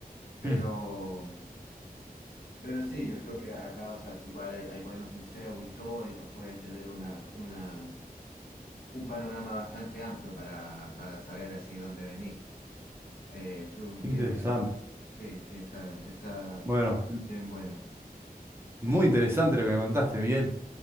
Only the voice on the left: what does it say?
Pero,
pero sí, yo creo que acá, o sea, igual hay, hay buenos museos históricos, puedes tener una, una, un panorama bastante amplio para, para saber así dónde venir. Eh, tú
tienes, sí, sí, está, está
bien bueno.